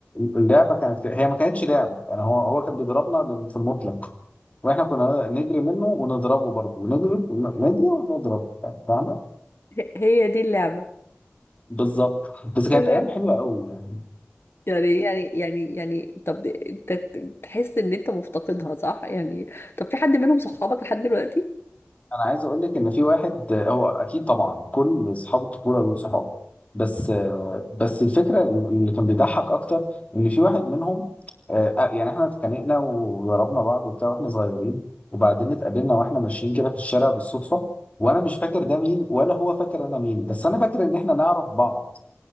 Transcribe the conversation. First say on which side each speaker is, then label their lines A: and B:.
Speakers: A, on the left (about 30°); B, on the left (about 65°).
A: اللعبه كانت هي ما كانتش لعبه يعني هو هو كان بيضربنا لل- في المطلق واحنا كنا نجري منه ونضربه برضه ونجري ونجري ونضرب يعني فاهم
B: ه- هي دي اللعبة
A: بالظبط بس كانت
B: اللعبة
A: ايام حلوه قوي يعني
B: يعني يعني يعني يعني طب انت ت- تحس ان انت مفتقدها صح يعني طب في حد منهم صحابك لحد دلوقتي
A: انا عايز اقول لك ان في واحد هو اكيد طبعا كل اصحاب الطفوله دول صحاب بس بس الفكره اللي كان بيضحك اكتر ان في واحد منهم آه، آه، يعني احنا اتخانقنا وضربنا بعض وبتاع واحنا صغيرين وبعدين اتقابلنا واحنا ماشيين كده في الشارع بالصدفه وانا مش فاكر ده مين ولا هو فاكر انا مين بس انا فاكر ان احنا نعرف بعض